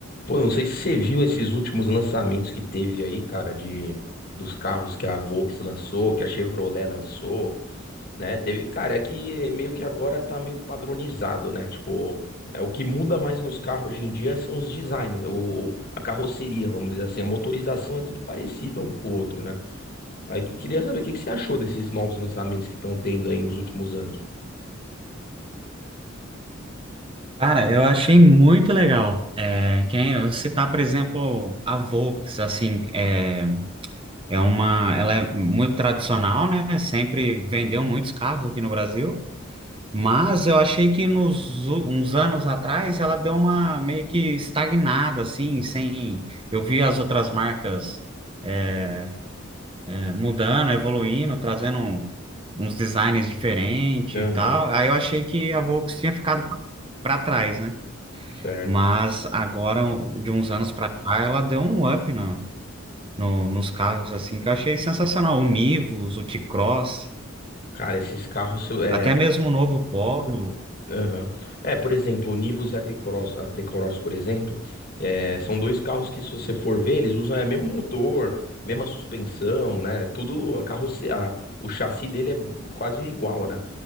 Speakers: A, on the left (about 45°); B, on the right (about 25°).
A: Pô, não sei se você viu esses últimos lançamentos que teve aí, cara, de dos carros que a Volks lançou, que a Chevrolet lançou, né? Teve, cara, é que meio que agora tá meio que padronizado, né? Tipo, é o que muda mais nos carros hoje em dia são os designs, ou a carroceria, vamos dizer assim, a motorização é tudo parecido um com o outro, né? Aí que eu queria saber o que que você achou desses novos lançamentos que estão tendo aí nos últimos anos.
B: Cara, eu achei muito legal. É, quem eu citar, por exemplo, a Volks, assim, é, é uma, ela é muito tradicional, né? Sempre vendeu muitos carros aqui no Brasil, mas eu achei que nos u- uns anos atrás ela deu uma meio que estagnada, assim, sem. Eu vi as outras marcas é, é, mudando, evoluindo, trazendo um- uns designs diferentes
A: Aham,
B: e tal. Aí eu achei que a Volks tinha ficado para trás, né?
A: certo.
B: Mas agora, de uns anos pra cá, ela deu um up na- no, nos carros, assim, que eu achei sensacional. O Nivus, o T-Cross,
A: Cara, esses carros é,
B: até mesmo o novo Polo.
A: Aham. É, por exemplo, o Nivus e a T-Cross, a T-Cross, por exemplo, é, são dois carros que, se você for ver, eles usam é, mesmo motor, mesma suspensão, né? Tudo, a carroce... a- o chassi dele é quase igual, né?